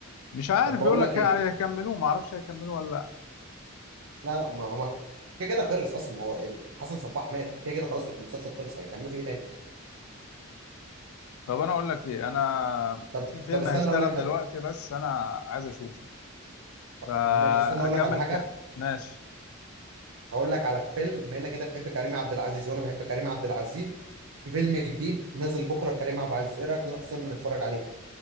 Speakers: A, on the left; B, on the right.
A: مش عارف
B: طب بقول
A: بيقول لك
B: لك ايه
A: هيكملوه معرفش هيكملوه ولا لأ
B: لا لا ما هو كده كده خلص اصلا ما هو يعني حسن صباح مات فكده كده خلاص المسلسل خلص هيكملوا فيه ايه تاني
A: طب أنا أقول لك إيه أنا
B: طب
A: في فيلم
B: طب استنى
A: هيشتغل
B: اقول لك حاجه
A: دلوقتي بس أنا عايز أشوفه فأكمل
B: طب ماشي استنى اقول لك على حاجه
A: ك... ماشي
B: هقول لك على فيلم بما انك انت بتحب كريم عبد العزيز وانا بحب كريم عبد العزيز في فيلم جديد نازل بكره لكريم عبد العزيز ايه رايك نروح السينما نتفرج عليه